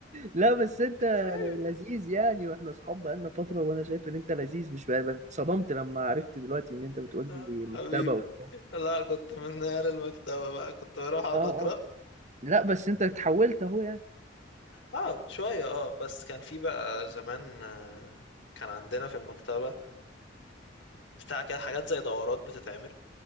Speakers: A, on the right (about 40°); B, on the left (about 85°).
A: لا بس انت
B: ايوه
A: لذيذ يعني واحنا اصحاب بقالنا فتره وانا شايف ان انت لذيذ مش بقى- بقى اتصدمت لما عرفت دلوقتي ان انت بتقول
B: آه،
A: لي
B: حبيبي
A: مكتبه وبتاع
B: لا كنت من عيال المكتبة بقى كنت بروح اقعد
A: اه
B: اقرا
A: لا بس انت اتحولت اهو يعني
B: اه شوية اه بس كان في بقى زمان آه، كان عندنا في المكتبة بتاع كده حاجات زي دورات بتتعمل